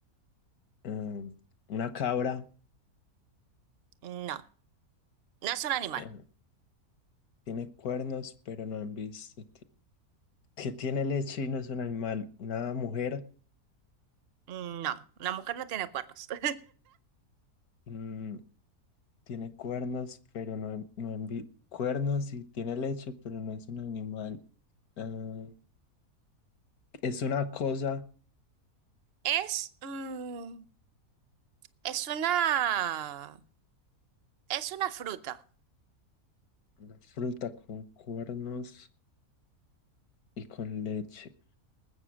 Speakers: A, on the left (about 80°); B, on the right (about 50°).
A: mm, una cabra
B: No, no es un animal.
A: eh, tiene cuernos, pero no han visto. que tiene leche y no es un animal. Una mujer
B: No, la mujer no tiene cuernos. <laughs>
A: mm, tiene cuernos, pero no, no envi- cuernos y tiene leche, pero no es un animal. Ah, es una cosa,
B: Es, mm, es una, es una fruta.
A: una fruta con cuernos y con leche.